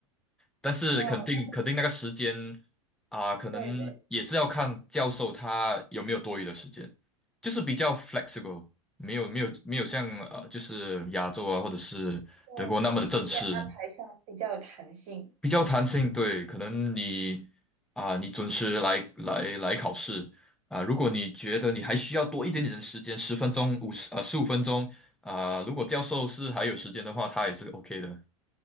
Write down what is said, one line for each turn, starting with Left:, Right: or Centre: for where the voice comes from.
Centre: 但是肯定肯定那个时间
Right: 哇，那么
Centre: 啊，可能也是要看教授他有没有多余的时间，
Right: 对对，
Centre: 就是比较 flexible，没有没有没有像呃，就是亚洲啊或者是德国那么的正式，
Right: 就时间安排上比较有弹性。
Centre: 比较弹性。对，可能你啊，你准时来来来考试啊，如果你觉得你还需要多一点点的时间，十分钟、五十呃十五分钟啊，如果教授是还有时间的话，他也是 OK 的。